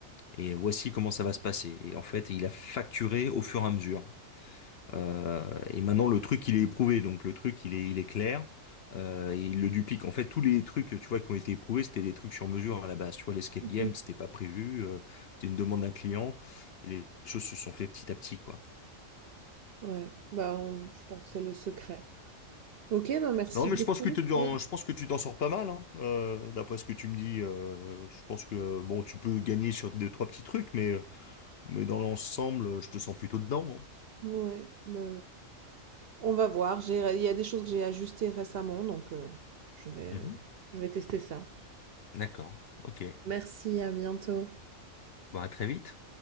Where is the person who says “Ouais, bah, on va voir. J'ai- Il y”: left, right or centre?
Right